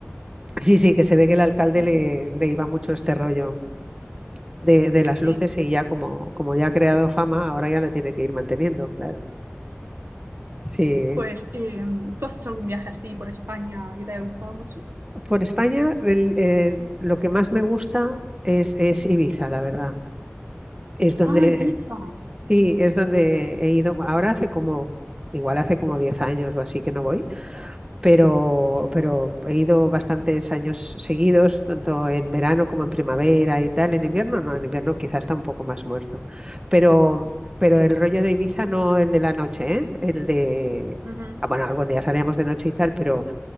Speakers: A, on the right; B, on the right.
A: Sí, sí, que se ve que el alcalde
B: Sí,
A: le, le iba mucho este rollo de, de las luces
B: sí.
A: y ya como, como ya ha creado fama, ahora ya la tiene que ir manteniendo, claro. Sí.
B: Pues, eh, ¿tú has hecho algún viaje así por España que te haya gustado mucho?
A: Por España, el, eh, lo que más me gusta es, es Ibiza, la verdad. Es donde,
B: Ah, Ibiza.
A: sí, es donde he ido. Ahora hace como, igual hace como 10 años o así que no voy, pero, pero he ido bastantes años seguidos, tanto en verano como en primavera y tal. En invierno no, en invierno quizás está un poco más muerto. Pero, pero el rollo de Ibiza no el de la noche, ¿eh? El de...
B: Ujú.
A: ah, Bueno, algún día salíamos de noche y tal, pero